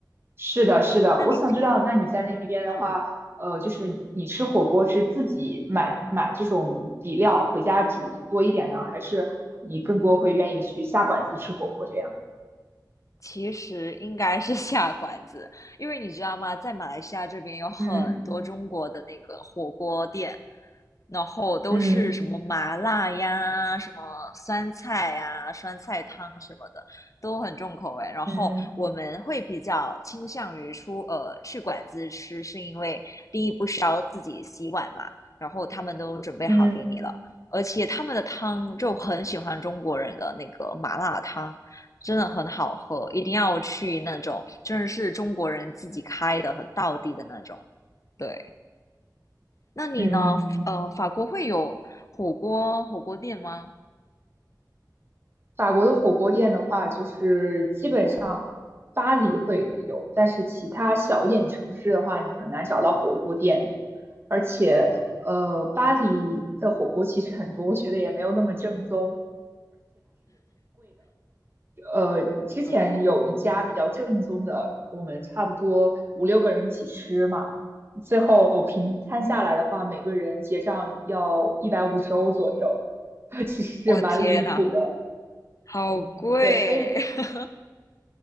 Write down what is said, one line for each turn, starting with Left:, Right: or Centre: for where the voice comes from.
Right: 是的，是的，
Left: 那你平，
Right: 我想知道，那你在那边的话，
Left: 嗯，
Right: 呃，就是你吃火锅是自己买买这种底料回家煮多一点呢，还是你更多会愿意去下馆子吃火锅这样？
Left: 其实应该是 <laughs> 下馆子，因为你知道吗，在马来西亚这边有很多中国的那个火锅店，
Right: 嗯
Left: 然后都是什么麻辣呀、
Right: 嗯
Left: 什么酸菜呀、酸菜汤什么的，都很重口味。然后我们会比较倾向于出呃去馆子吃，
Right: 嗯
Left: 是因为第一不需要自己洗碗嘛，然后他们都准备好给你了，
Right: 嗯嗯。
Left: 而且他们的汤就很喜欢中国人的那个麻辣汤。真的很好喝，一定要去那种真的是中国人自己开的，很道地的那种。对，那你呢？
Right: 嗯
Left: 呃，法国会有火锅火锅店吗？
Right: 法国的火锅店的话，就是基本上巴黎会有，但是其他小一点城市的话，你很难找到火锅店。而且，呃，巴黎的火锅其实很多，我觉得也没有那么正宗。呃，之前有一家比较正宗的，
Left: 对，
Right: 我们差不多五六个人一起吃嘛，最后平摊下来的话，每个人结账要一百五十欧左右，<laughs> 其实是蛮离谱的。
Left: 我天呐，好贵！
Right: 嗯，对，所以
Left: <laughs>